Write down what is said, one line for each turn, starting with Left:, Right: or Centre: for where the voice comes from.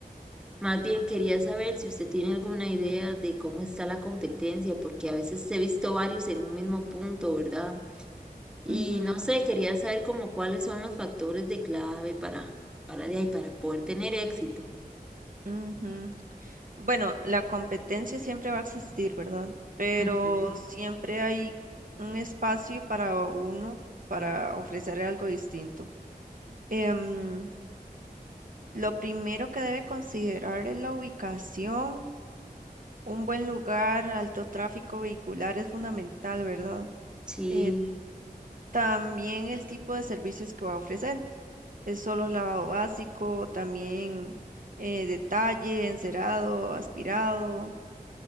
Centre: Más bien quería saber si usted tiene alguna idea de cómo está la competencia, porque a veces he visto varios en un mismo punto, ¿verdad? Y
Right: Ujú,
Centre: no sé, quería saber como cuáles son los factores de clave para, para de ahí, para poder tener éxito.
Right: ujú. Bueno, la competencia siempre va a existir, ¿verdad? Pero
Centre: Ujú.
Right: siempre hay un espacio para uno para ofrecer algo distinto. Em, lo primero que debe considerar es la ubicación. Un buen lugar, alto tráfico vehicular es fundamental, ¿verdad?
Centre: Sí,
Right: Eh, también el tipo de servicios que va a ofrecer. Es solo lavado básico, también eh, detalle, encerado, aspirado.